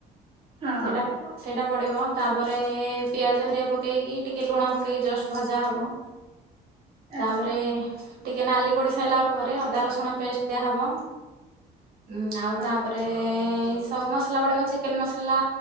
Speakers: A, on the right; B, on the right.
A: ହଁ
B: ସେଟା ସେଇଟା ପଡିବ। ତାପରେ ପିଆଜ ହେରିଆ ପକେଇକି ଟିକେ ଲୁଣ ପକେଇକି ଜଷ୍ଟ ଭଜା ହବ।
A: <inaudible>
B: ତାପରେ ଟିକେ ନାଲି ପଡ଼ି ସାରିଲା ପରେ ଅଦା ରସୁଣ ପେଷ୍ଟ ଦିଆହବ। ଉଁ ଆଉ
A: ହଁ
B: ତାପରେ ସବୁ ମସଲା ପଡିବ। ଚିକେନ ମସଲା,